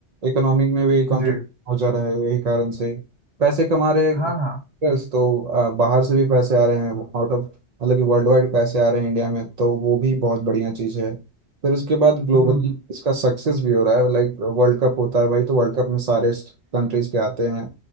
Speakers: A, on the right; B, on the right.
A: इकोनॉमिक में भी कंट्रीब्यूट
B: जी
A: हो जा रहा है यही कारण से पैसे कमा रहे हैं
B: हाँ हाँ
A: workers, तो आ, बाहर से भी पैसे आ रहे हैं आउट ऑफ मतलब कि वर्ल्ड वाइड पैसे आ रहे हैं इंडिया में तो वो भी बहुत बढ़िया चीज़ है फिर उसके बाद ग्लोबली
B: हम्म हम्म
A: इसका सक्सेस भी हो रहा है लाइक वर्ल्ड कप होता है भाई तो वर्ल्ड कप में सारे कंट्रीज के आते हैं